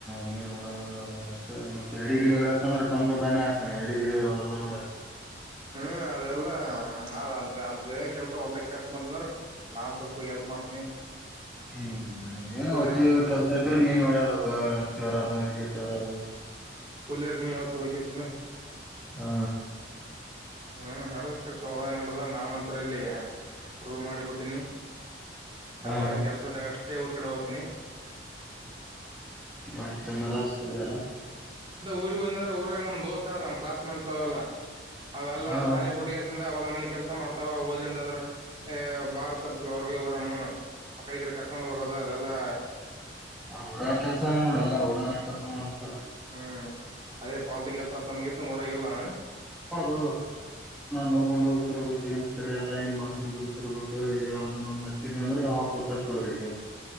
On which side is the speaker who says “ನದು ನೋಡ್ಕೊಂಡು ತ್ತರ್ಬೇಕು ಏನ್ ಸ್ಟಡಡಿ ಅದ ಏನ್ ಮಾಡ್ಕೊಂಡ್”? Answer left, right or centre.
Centre